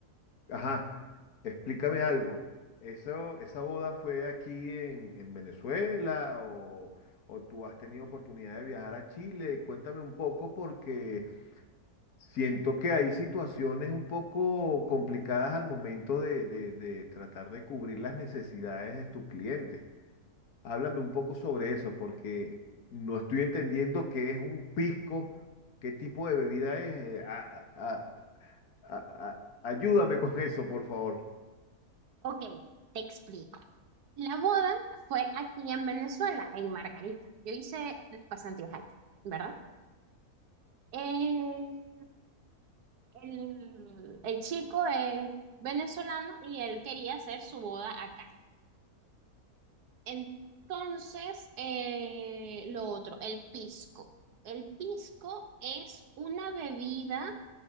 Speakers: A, on the left; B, on the right.
A: ajá, explícame algo. ¿Eso, esa boda fue aquí en, en Venezuela o, o tú has tenido oportunidad de viajar a Chile? Cuéntame un poco porque Siento que hay situaciones un poco complicadas al momento de, de- de tratar de cubrir las necesidades de tus clientes. Háblame un poco sobre eso, porque no estoy entendiendo qué es un pisco, qué tipo de bebida es. eh, a- a- a- a- a- ayúdame con eso, por favor.
B: Ok, te explico. La boda fue aquí en Venezuela, en Margarita. Yo hice las pasantías ahí, ¿verdad? Eh, el, el chico es venezolano y él quería hacer su boda acá. Entonces, eh, lo otro, el pisco. El pisco es una bebida